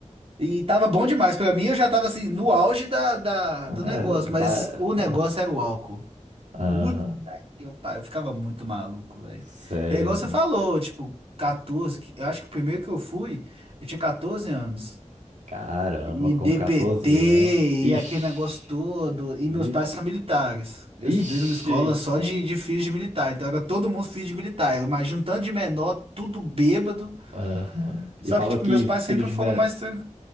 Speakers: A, on the right; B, on the right.
A: E tava bom demais. Pra mim, eu já tava assim, no auge da, da-
B: é,
A: do negócio,
B: dá...
A: mas o negócio era o álcool.
B: Aham,
A: Puta que pariu, eu ficava muito maluco, velho.
B: sério,
A: É igual você
B: velho.
A: falou, tipo, 14, que- eu acho que o primeiro que eu fui, eu tinha 14 anos.
B: Caramba,
A: E
B: com
A: DPT,
B: 14 anos. Ixi,
A: e aquele negócio todo. E
B: vixe.
A: meus pais são militares. Eu estudei
B: Ixi,
A: numa escola
B: então.
A: só de, de filhos de militar, então era todo mundo filho de militar. Eu imagino um tanto de menor, tudo bêbado.
B: Aham.
A: Só
B: E falou
A: que, tipo,
B: que
A: meus pais sempre
B: filho de
A: foram
B: mer...
A: mais me-